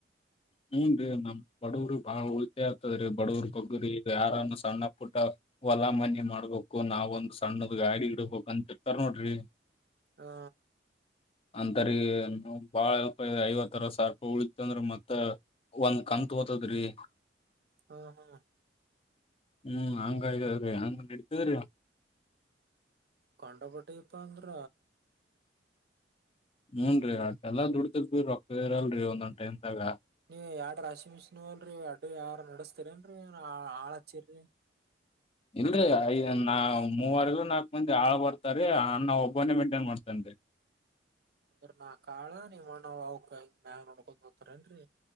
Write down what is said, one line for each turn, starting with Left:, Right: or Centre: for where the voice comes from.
Left: ಹ್ಮನ್ ರೀ ನಮ್ ಬಡುವ್ರ ಬಾಳ ಉಳಿತೆ ಆಗ್ತದ್ರೀ ಬಡವ್ರ ಬಗ್ಗರಿಗ ಯಾರನ್ನ ಸಣ್ಣ ಪುಟ್ಟ ಹೊಲಾ ಮನಿ ಮಾಡ್ಬೇಕು ನಾವ್ ಒಂದ್ ಸಣ್ಣದ್ ಗಾಡಿ ಇಡ್ಬಕ್ ಅಂತ ಇರ್ತಾರ ನೋಡ್ರಿ.
Right: ಹಾ
Left: ಅಂತರಿಗೆ ಬಾಳ ಎಲ್ಟ್ ಐವತ್ತರ ಸರ್ಪ ಉಳತ್ ಅಂದ್ರೆ ಮತ್ ಒಂದ್ ಕಂತ್ ಹೊತದ್ರಿ.
Right: ಹಾ ಹಾ
Left: ಹ್ಮ್ ಹಂಗ ಇದಾವ್ರೀ ಹಂಗ ನಡಿತದ್ರಿ.
Right: ಕಂಡ ಬಟ್ಟಿಪ ಅಂದ್ರ.
Left: ಹೂನ್ ರಿ ಎಲ್ಲಾ ದುಡ್ತಿರ್ ರೊಕ್ಕ ಇರಲ್ರರಿ ಒಂದಂದ್ ಟಮ್ದಾಗ.
Right: ನೀ ಎಡ್ ರಾಶಿ ಮಿಶಿನ್ ಅಲ್ರರಿ ಅಡ್ ಯಾರ ನಡಸ್ತೀರಿನ್ರರಿ ಹಾಳ ಹಚ್ಚಿರಿ.
Left: ಇಲ್ರರಿ ಐ ನಾ ಮೂವರ್ ನಾಲ್ಕ್ ಮಂದಿ ಹಾಳ ಬರ್ತಾರೀ ಅನ್ನ ಒಬ್ಬನೇ ಮೇಂಟೈನ್ ಮಾಡ್ತೇನ್ ರಿ <inaudible>
Right: ಅಂದ್ರ ನಾ ಕಾಳ ನೀವ ಅಣ್ಣ ಅವಕ ಹಂಗ ಮ್ಯಾಗ ನೋಡ್ಕೊಂಡ ಹೋಗ್ತಾರೇಏನ್ರರಿ.